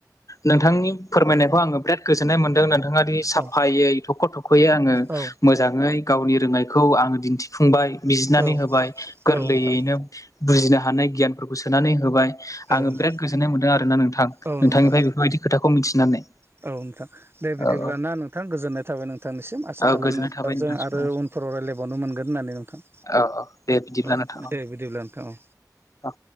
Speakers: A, on the left (about 50°); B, on the right (about 35°).
A: नोंथांनि फोरमायनायखौ आङो बिराद गोजोननाय मोन्दों। दाङि साफायै
B: औ
A: थख' थख'यै आङो
B: औ
A: मोजाङै गावनि रोंनायखौ आङो दिन्थिफुंबाय बिजिरनानै
B: औ
A: होबाय गोरलैयैनो
B: औ नोंथां
A: बुजिनो हानाय गियानफोरखौ सोनानै होबाय
B: औ
A: आङो
B: नोंथां
A: बिराद गोजोन्नाय मोन्दों आरोना नोंथां
B: औ
A: नोंथांनिफाय
B: नोंथां
A: बेफोरबायदि खोथाखौ मिथिनानै
B: औ नोंथां दे बिदिबब्लााना
A: औ औ
B: नोंथां गोजोननाय थाबाय नोंथांनिसिम आसा
A: औ
B: खालाम
A: गोजोननाय
B: नोंथांजों
A: थाबाय नोंथांसिम
B: आरो उन फाव रायलायबावनो मोनगोन होननानै नोंथां।
A: औ औ दे बिदिब्ला
B: औ
A: नोंथां।
B: दे बिदिब्ला नोंथां औ।
A: औ